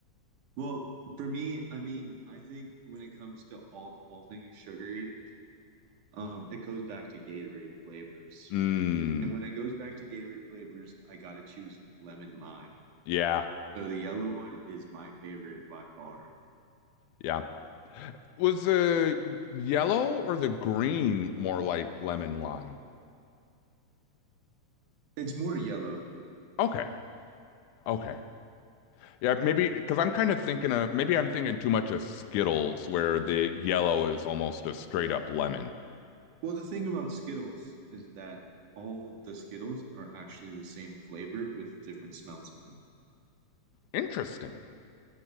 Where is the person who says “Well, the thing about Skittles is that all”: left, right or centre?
Right